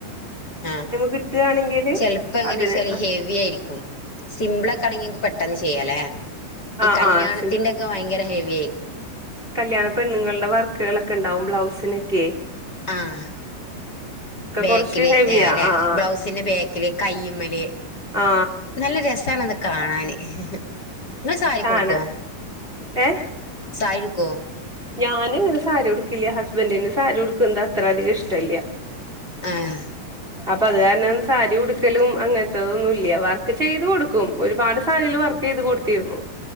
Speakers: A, on the left (about 45°); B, on the right (about 15°).
A: ആഹ്
B: കിട്ടുകയാണെങ്കില്
A: ചെല് പ്പങ്ങനെച്ചാല്
B: അതിന്
A: ഹെവി ആയിരിക്കും സിംമ്പിളക്കാണെങ്കി ഇൻക് പെട്ട് അന്ന് ചെയ്യാലേ ഈ
B: ആ
A: കല്യാണത്തിന്റോക്കെ
B: ആ സി
A: ഭയങ്കര ഹെവി ഏര്ക്കും
B: കല്യാണ പെണ്ണ്ങ്ങളുടെ വർക്കുകളൊക്കെ ഇണ്ടാവും ബ്ലൗസിനൊക്കേ
A: ആഹ് ബേക്കില്
B: കുറച്ച് ഹെവിയാ
A: എ അല്ലെ
B: ആ ആ
A: ബ്ലൗസിന് ബേക്കില് കയ്യ്മ്മല്
B: ആ
A: നല്ല രസ സാണത് കാണാന് ഹ് ഹഹ ങ്ങ സാരിക്ക്
B: കാണാ
A: ഉടുക്കോ
B: ഏ
A: സാരിടു ക്കൊ
B: ഞാന് ഇങ്ങനെ സാരി ഉടുക്കില്ല ഹസ്ബന്റിന് സാരി ഉടുക്കുന്നത് അത്ര അധിക ഇഷ്ടല്ല്യാ
A: ആഹ്
B: അപ്പ അത് കാരണം സാരി ഉടുക്കലും അങ്ങൻത്തെതൊന്നും ഇല്ല വർക്ക് ചെയ്ത് കൊടുക്കും ഒരുപാട് സാരീല് വർക്ക് ചെയ്ത് കൊടുത്തിരുന്നു